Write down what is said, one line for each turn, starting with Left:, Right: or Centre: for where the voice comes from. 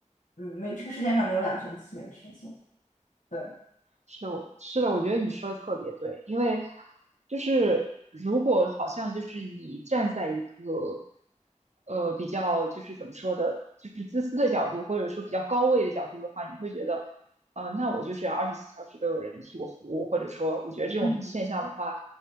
Left: 嗯，没这个世界上没有两全其美的事情，对。
Right: 是的，我是的，我觉得你说的特别对，因为就是如果好像就是你站在一个呃比较就是怎么说的，就是自私的角度，或者说比较高位的角度的话，你会觉得，呃，那我就是要二十四小时都有人替我服务，或者说，我觉得这种现象的话，
Left: 嗯。